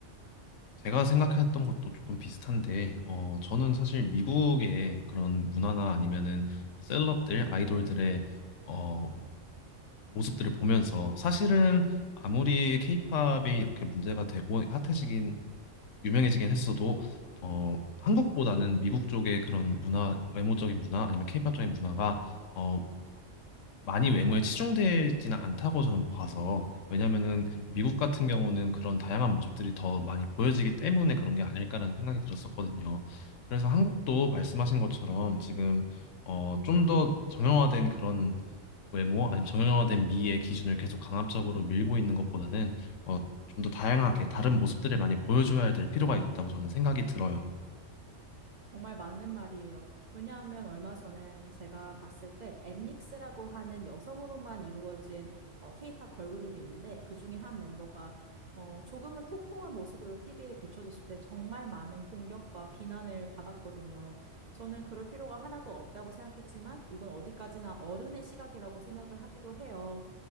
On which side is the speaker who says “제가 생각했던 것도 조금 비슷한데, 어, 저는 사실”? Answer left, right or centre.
Left